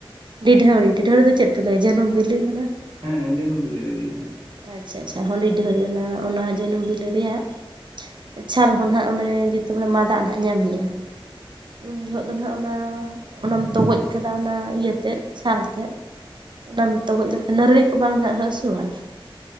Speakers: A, on the right; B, on the right.
A: ᱰᱤᱰᱷᱟᱹᱣᱲᱤ ᱰᱤᱰᱷᱟᱹᱣᱲᱤ ᱫᱚ ᱪᱮᱫ ᱯᱮ ᱞᱟᱹᱭ ᱟ ᱡᱟᱹᱱᱩᱢ ᱵᱤᱞᱤ ᱦᱟᱱᱟ
B: ᱦᱮᱸ ᱡᱟᱹᱱᱩᱢ ᱵᱤᱞᱤ ᱞᱮ ᱞᱟᱹᱭᱟ ᱦᱮᱸ
A: ᱟᱪᱷᱟ ᱟᱪᱷᱟ ᱦᱚᱰᱤ ᱰᱷᱟᱹᱨ ᱚᱱᱟ ᱚᱱᱟ ᱡᱟᱹᱱᱩᱢ ᱵᱤᱞᱤ ᱨᱮᱭᱟᱜ ᱟᱪᱷᱟ ᱨᱮᱦᱚᱸ ᱟᱸᱜ ᱚᱱᱮ ᱡᱮᱛᱮ ᱵᱮ ᱢᱟ ᱫᱟᱜ ᱦᱜ ᱧᱟᱢ ᱢᱮᱭᱟ ᱩᱱ ᱡᱚᱦᱚᱜ ᱫᱚ ᱦᱱᱟᱜ ᱚᱱᱟ ᱚᱱᱟᱢ ᱛᱚᱜᱚᱡ ᱠᱟᱫᱟ ᱚᱱᱟ ᱤᱭᱟᱹᱛᱮ ᱪᱷᱟᱞ ᱛᱮᱛ ᱚᱱᱟᱢ ᱛᱚᱜᱚᱡ ᱞᱮᱠᱷᱟᱱ ᱱᱟᱹᱲᱨᱤ ᱠᱚ ᱵᱟᱝ ᱱᱟᱜ ᱦᱟᱹᱥᱩᱣᱟ